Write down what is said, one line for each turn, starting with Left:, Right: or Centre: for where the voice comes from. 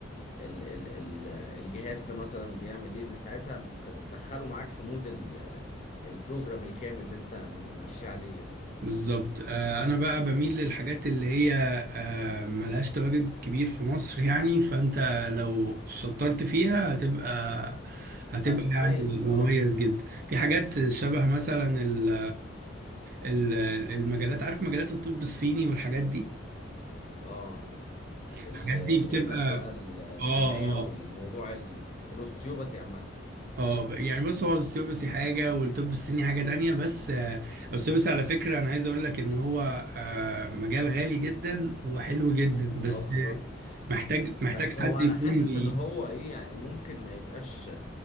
Left: ال ال ال الجهاز ده مثلا بيعمل ايه ساعتها انت بتدخله معاك في مود ال- البروجرام الكامل اللي انت ماشي عليه يعني
Right: بالظبط آه، انا بقى بميل للحاجات اللي هي آه، ملهاش تواجد كبير في مصر يعني فانت لو شطرت فيها هتبقى هتبقى
Left: هتتميز
Right: يعني مميز
Left: اه
Right: جدا في حاجات شبه مثلا ال ال- المجلات عارف مجلات الطب الصيني والحاجات دي
Left: اه ال-
Right: الحاجات
Left: الابر
Right: دي بتبقى
Left: بقى الصينية
Right: اه
Left: والموضوع
Right: اه
Left: ال- الاوستيوباثي عامة
Right: اه ب- يعني بص هو السيوبسي حاجة والطب الصيني حاجة تانية بس آه، السيوبسي على فكرة أنا عايز أقول لك إن هو آه، مجال غالي جدا وحلو جدا
Left: اه
Right: بس
Left: بالظبط
Right: آه، محتاج محتاج
Left: بس هو
Right: حد
Left: انا
Right: يكون
Left: حاسس
Right: بي
Left: ان هو ايه يعني ممكن ما يبقاش